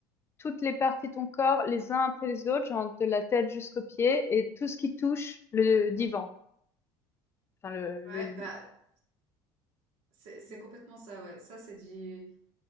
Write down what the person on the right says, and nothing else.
Ouais, bah, C'est, c'est
complètement ça, ouais. Ça, c'est du,